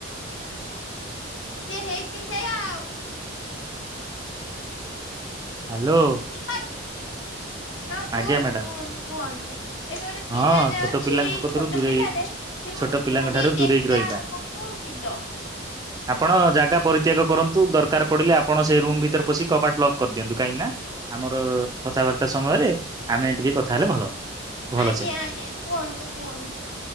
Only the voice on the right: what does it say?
ହ୍ୟାଲୋ।
ଆଜ୍ଞା ମ୍ୟାଡାମ
ହଁ ଛୋଟ
ପିଲାଙ୍କ କତରୁ
ଦୂରେଇ
ଛୋଟ
ପିଲାଙ୍କ
ଠାରୁ ଦୂରେଇକି
ରହିବା।
ଆପଣ ଜାଗା ପରି ତ୍ୟାଗ କରନ୍ତୁ। ଦରକାର ପଡ଼ିଲେ ଆପଣ ସେ ରୁମ୍ ଭିତରେ ପଶି କବାଟ ଲକ୍ କରିଦିଅନ୍ତୁ। କାହିଁକି ନାଁ ଆମର କଥାବାର୍ତ୍ତା ସମୟରେ ଆମେ ଟିକେ କଥା ହେଲେ ଭଲ। ଭଲସେ